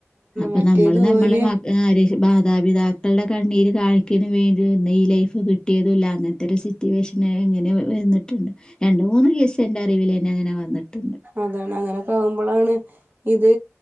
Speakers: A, on the left; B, on the right.
A: അപ്പൊ
B: മറ്റേത്
A: നമ്മള് നമ്മള
B: ഓല്
A: ആ മാതാപിതാക്കളുടെ കണ്ണീര് കാണിക്കൻ വേണ്ടി ഒന്ന് ഈ ലൈഫ് കിട്ടിയതല്ല അങ്ങനത്തെ ഒരു സിറ്റുവേഷൻ എങ്ങനെ വന്നിട്ടുണ്ട് രണ്ട് മൂന്ന് കേസ എന്റെ അറിവിൽ തന്നെ അങ്ങനെ വന്നിട്ടുണ്ട്.
B: അതാണ് അങ്ങനെയൊക്കെ ആകുമ്പോളാണ് ഇത്